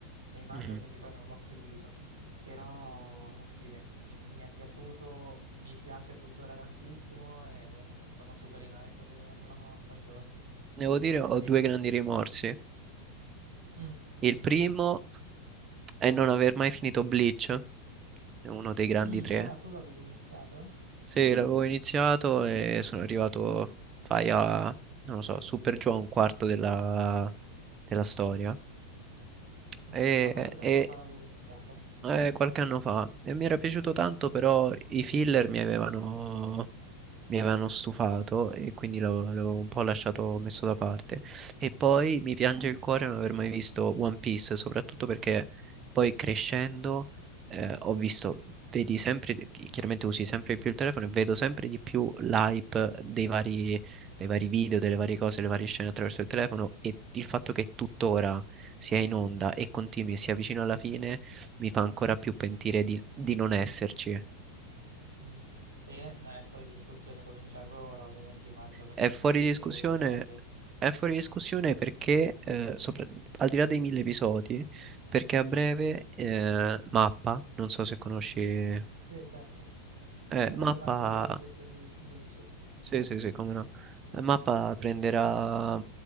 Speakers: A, on the right; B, on the right.
A: nei manga,
B: mhm.
A: quindi poi non l'ho seguito, però sì, mi, è mi- mi è piaciuto, mi piace tuttora tantissimo e sono super in hype per la nuova stagione.
B: Devo dire, ho
A: E-
B: due grandi rimorsi.
A: mm, dimmi.
B: Il primo e non aver mai finito Bleach, è uno dei grandi
A: Mm,
B: tre.
A: ah, tu l'avevi iniziato?
B: Sì, l'avevo iniziato e sono arrivato, fai a, non lo so, super giù a un quarto della, della storia.
A: Mm.
B: E,
A: Ma quanto tempo
B: e
A: fa l'avevi iniziato?
B: eh, qualche anno fa e mi era piaciuto
A: Ah,
B: tanto,
A: ok.
B: però i filler mi avevano, mi avevano stufato e quindi l'avevo l'avevo un po' lasciato messo da parte. E poi mi piange il cuore non aver mai visto One Piece, soprattutto perché poi crescendo eh, ho visto, vedi sempre, di- chi- chiaramente usi sempre di più il telefono e vedo sempre di più l'hype dei vari, dei vari video, delle varie cose, le varie scene attraverso il telefono e il fatto che tuttora sia in onda e continui e sia vicino alla fine mi fa ancora più pentire di, di non esserci.
A: Mm. E no, è fuori discussione cominciarlo ora, ovviamente, immagino, perché
B: È
A: sono
B: fuori
A: più
B: discussione,
A: di mille episodi.
B: è fuori discussione perché, eh, sopra- al di là dei mille episodi, perché a breve eh, Mappa, non so se conosci,
A: Sì, certo.
B: eh,
A: È
B: Mappa
A: stata anche produttrice di Jujutsu.
B: Sì, sì, sì, come no. Eh, Mappa prenderà,